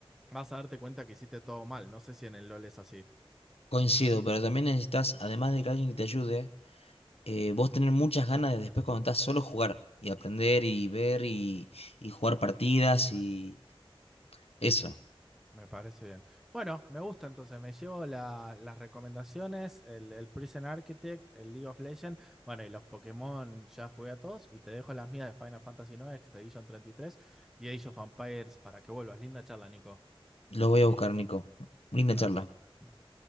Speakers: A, in the centre; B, on the left.
A: vas a darte cuenta que hiciste todo mal. No sé si en el LoL es así.
B: Coincido, pero también necesitas, además de que alguien que te ayude, eh, vos tener muchas ganas de después cuando estás solo jugar y aprender y ver y, y jugar partidas y eso.
A: Me parece bien. Bueno, me gusta entonces. Me llevo la- las recomendaciones, el, el Prison Architect, el League of Legends. Bueno, y los Pokémon ya jugué a todos. Y te dejo las mías de Final Fantasy nueve Expedition 33 y tres y Age of Empires para que vuelvas. Linda charla, Nico.
B: Lo voy a buscar, Nico. Linda
A: Una-
B: charla.
A: dale.